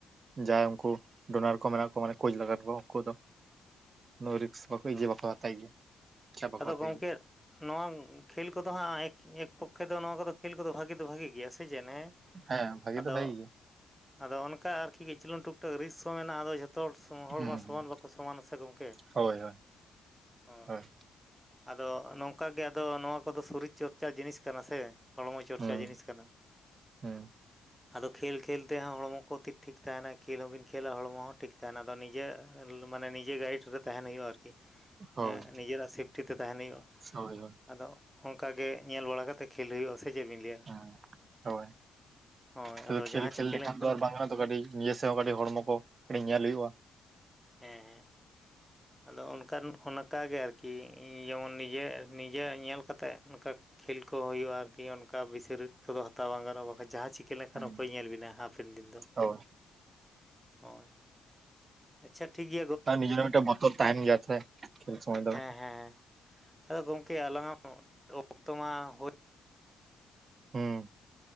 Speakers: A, on the right (about 50°); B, in the centre.
A: ᱡᱟᱦᱟᱸᱭ ᱩᱱᱠᱩ ᱰᱳᱱᱟᱨ ᱠᱚ ᱢᱮᱱᱟᱜ ᱠᱚ ᱢᱟᱱᱮ ᱠᱳᱪ ᱞᱮᱠᱟᱱ ᱠᱚ ᱩᱱᱠᱩ ᱫᱚ ᱩᱱᱟ ᱨᱤᱠᱥ
B: ᱦᱳᱭ
A: ᱵᱟᱠᱚ ᱤᱭᱟᱹ
B: ᱦᱳᱭ
A: ᱵᱟᱠᱚ ᱦᱟᱛᱟᱣ ᱜᱮᱭᱟ ᱪᱟ ᱵᱟᱠᱚ
B: ᱟᱫᱚ
A: ᱦᱟᱛᱟᱣ
B: ᱜᱚᱢᱠᱮ
A: ᱜᱮᱭᱟ᱾
B: ᱱᱚᱣᱟ ᱠᱷᱮᱞ ᱠᱚᱫᱚ ᱦᱟᱸᱜ ᱮᱠ ᱮᱠ ᱯᱚᱠᱠᱷᱮ ᱫᱚ ᱱᱚᱣᱟ ᱠᱚᱫᱚ ᱠᱷᱮᱞ ᱠᱚᱫᱚ ᱵᱷᱟᱜᱮ ᱫᱚ ᱵᱷᱟᱜᱮ ᱜᱮᱭᱟ ᱥᱮ ᱪᱮᱫ ᱦᱮᱸ?
A: ᱦᱮᱸ ᱵᱷᱟᱜᱤ
B: ᱟᱫᱚ
A: ᱫᱚ ᱵᱷᱟᱜᱤ ᱜᱮᱭᱟ᱾
B: ᱟᱫᱚ ᱚᱱᱠᱟ ᱟᱨᱠᱤ ᱠᱤᱪᱩᱝ ᱜᱟᱱ ᱴᱩᱠ ᱴᱟᱠ ᱨᱤᱠᱤᱥ ᱦᱚᱸ ᱢᱮᱱᱟᱜᱼᱟ ᱟᱫᱚ ᱡᱷᱚᱛᱚ ᱦᱚᱲ ᱦᱚᱲ
A: ᱦᱩᱸ
B: ᱢᱟ
A: ᱦᱩᱸ
B: ᱥᱚᱢᱟᱱ ᱵᱟᱠᱚ ᱥᱚᱢᱟᱱᱟ ᱥᱮ ᱜᱚᱝᱠᱮ ᱾
A: ᱦᱳᱭ ᱦᱳᱭ᱾
B: ᱦᱩᱸ
A: ᱦᱳᱭ
B: ᱟᱫᱚ ᱱᱚᱝᱠᱟ ᱜᱮ ᱟᱫᱚ ᱱᱚᱣᱟ ᱠᱚᱫᱚ ᱥᱚᱨᱤᱨ ᱪᱚᱨᱪᱟ ᱡᱤᱱᱤᱥ ᱠᱟᱱᱟ ᱥᱮ᱾ ᱦᱚᱲᱢᱚ ᱪᱚᱨᱪᱟ
A: ᱦᱩᱸ
B: ᱡᱤᱱᱤᱥ ᱠᱟᱱᱟ᱾
A: ᱦᱩᱸ
B: ᱟᱫᱚ ᱠᱷᱮᱞ ᱠᱷᱮᱞ ᱛᱮᱦᱚᱸ ᱦᱚᱲᱢᱚ ᱠᱚ ᱛᱷᱤᱠ ᱴᱷᱤᱠ ᱛᱟᱦᱮᱸᱱᱟ ᱠᱷᱮᱞ ᱦᱚᱸ ᱵᱤᱱ ᱠᱷᱮᱞᱟ ᱦᱚᱲᱢᱚ ᱦᱚᱸ ᱴᱷᱤᱠ ᱛᱟᱦᱮᱸᱱᱟ ᱟᱫᱚ ᱱᱤᱡᱮ ᱢᱟᱱᱮ ᱱᱤᱡᱮ ᱜᱟᱭᱤᱰ ᱨᱮ ᱛᱟᱦᱮᱸᱱ ᱦᱩᱭᱩᱜᱼᱟ ᱟᱨᱠᱤ,
A: ᱦᱳᱭ
B: ᱱᱤᱡᱮᱨᱟᱜ ᱥᱮᱯᱴᱤ ᱛᱮ ᱛᱟᱦᱮᱸᱱ ᱦᱩᱭᱩᱜᱼᱟ᱾
A: <unintelligible>
B: ᱟᱫᱚ ᱚᱝᱠᱟ ᱜᱮ ᱧᱮᱞ ᱵᱟᱲᱟ ᱠᱟᱛᱮ ᱠᱷᱮᱞ ᱦᱩᱭᱩᱜᱼᱟ ᱥᱮ ᱪᱮᱫ ᱵᱤᱱ ᱞᱟᱹᱭᱟ?
A: ᱦᱮᱸ ᱦᱳᱭ
B: ᱦᱳᱭ ᱟᱫᱚ
A: ᱠᱷᱟᱞᱤ
B: ᱡᱟᱦᱟᱸ
A: ᱠᱷᱮᱞ
B: ᱪᱤᱠᱟᱹ
A: ᱠᱷᱮᱞ ᱞᱮᱠᱷᱟᱱ
B: ᱞᱮᱱᱠᱷᱟᱱᱮᱢ
A: ᱫᱚ ᱟᱨ ᱵᱟᱝ ᱜᱟᱱᱚᱜ-ᱟ ᱛᱚ ᱠᱟᱹᱴᱤᱡ ᱱᱤᱡᱮ ᱥᱮᱫ ᱦᱚᱸ ᱠᱟᱹᱴᱤᱡ ᱦᱚᱲᱢᱚ ᱠᱚ ᱠᱟᱹᱴᱤᱡ ᱧᱮᱞ ᱦᱩᱭᱩᱜᱼᱟ᱾
B: ᱦᱮᱸ ᱦᱮᱸ᱾ ᱟᱫᱚ ᱚᱱᱠᱟᱱ ᱚᱱᱠᱟᱱᱜᱮ ᱟᱨᱠᱤ ᱡᱮᱢᱚᱱ ᱱᱤᱡᱮ ᱱᱤᱡᱮᱨᱟᱜ ᱧᱮᱞ ᱠᱟᱛᱮᱜ ᱚᱱᱠᱟ ᱠᱷᱮᱞ ᱠᱚ ᱦᱳᱭᱳᱜᱼᱟ ᱟᱨᱠᱤ ᱚᱱᱠᱟ ᱵᱮᱥᱤ ᱨᱤᱠᱥ ᱠᱚᱫᱚ ᱦᱟᱛᱟᱣ ᱵᱟᱝ ᱜᱟᱱᱚᱜᱼᱟ ᱵᱟᱠᱷᱟᱡ ᱡᱟᱦᱟᱸ ᱪᱤ ᱠᱟ. ᱞᱮᱠᱷᱟᱱ
A: ᱦᱩᱸ
B: ᱚᱠᱚᱭ ᱧᱮᱞ ᱵᱤᱱᱟ ᱦᱟᱯᱮᱱ ᱫᱤᱱ ᱫᱚ᱾
A: ᱦᱳᱭ
B: ᱦᱳᱭ᱾ ᱟᱪᱷᱟ ᱴᱷᱤᱠ ᱜᱮ
A: ᱟᱨ ᱱᱤᱡᱮᱨᱟᱜ ᱢᱤᱫᱴᱟᱝ ᱵᱚᱛᱚᱨ ᱛᱟᱦᱮᱸᱱ ᱜᱮᱭᱟ ᱥᱮ, ᱠᱷᱮᱞ ᱥᱚᱢᱚᱭ ᱫᱚ᱾
B: ᱦᱮᱸ ᱦᱮᱸ ᱟᱫᱚ ᱜᱚᱝᱠᱮ ᱟᱞᱟᱝᱟᱜ ᱚᱠᱛᱚ ᱢᱟ ᱦᱳᱭ
A: ᱦᱩᱸ᱾